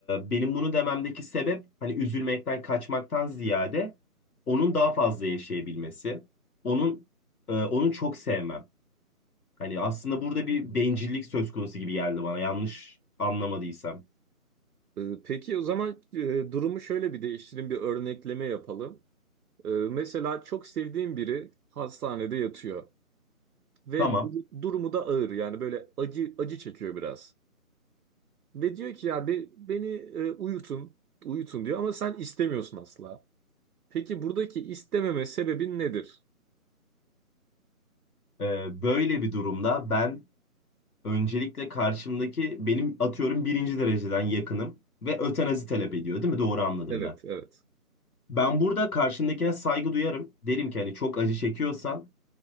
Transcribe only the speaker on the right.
E, peki o zaman e, durumu şöyle bir değiştirin bir örnekleme yapalım. E, mesela çok sevdiğin biri hastanede yatıyor. Ve
dur- durumu da ağır yani böyle acı acı çekiyor biraz. Ve diyor ki ya be- beni e, uyutun, uyutun diyor ama sen istemiyorsun asla. Peki buradaki istememe sebebin nedir?
Evet,
evet.